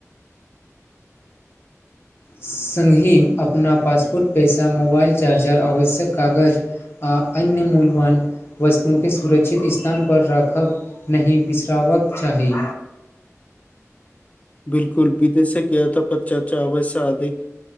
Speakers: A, on the left (about 45°); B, on the left (about 25°).
A: सङ्गहि अपना पासपोर्ट पैसा मोबाइल चार्जर आवश्यक कागज आ अन्य मूलवान वस्तुं के सुरक्षित स्थान पर राखब नहि बिसरावक चाही
B: बिलकुल विदेशक या त पर चा चावैस आधिक